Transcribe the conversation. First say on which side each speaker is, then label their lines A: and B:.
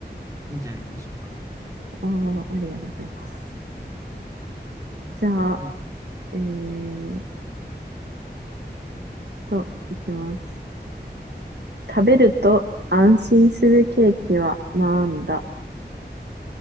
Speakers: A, on the right; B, on the right.
A: いいんじゃないでしょうか。
B: ああ、ありがとうございます。じゃあ、
A: はい。
B: えーっと、いきます。食べると安心するケーキはなんだ